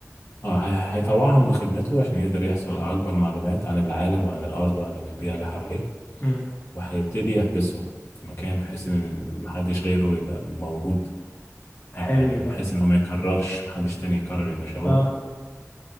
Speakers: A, on the left; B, on the left.
A: اه هي- هيطوعهم لخدمته عشان يقدر يحصل على أكبر معلومات عن العالم وعن الأرض وعن البيئة اللي حواليه
B: مم.
A: وهيبتدي يحبسهم في مكان بحيث إن محدش غيره يبقى موجود او
B: حلو
A: يعني بحيث
B: ده
A: ان هو ما يكررش محدش تاني يكرر يبقى شبابه
B: اه